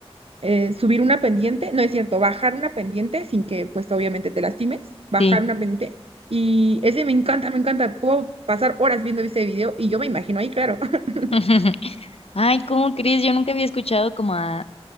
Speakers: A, on the right; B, on the left.
A: eh, subir una pendiente, no es cierto, bajar una pendiente sin que pues obviamente te lastimes, bajar
B: sí.
A: una pendiente. Y ese me encanta, me encanta. Puedo pasar horas viendo ese video y yo me imagino ahí, claro. <laughs>
B: <laughs> Ay, ¿cómo crees? Yo nunca había escuchado como a,